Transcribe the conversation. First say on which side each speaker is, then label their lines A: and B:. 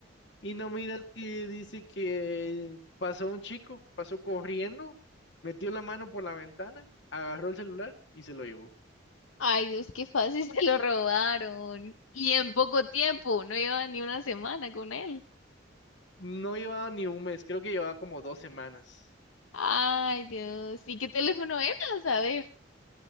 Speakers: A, on the left; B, on the left.
A: Y no miras que dice que pasó un chico, pasó corriendo, metió la mano por la ventana, agarró el celular y se lo llevó.
B: Ay, Dios, qué fácil <laughs> se lo robaron. Y en poco tiempo, no llevaba ni una semana con él.
A: No llevaba ni un mes, creo que llevaba como dos semanas.
B: Ay, Dios. ¿Y qué teléfono era? A ver.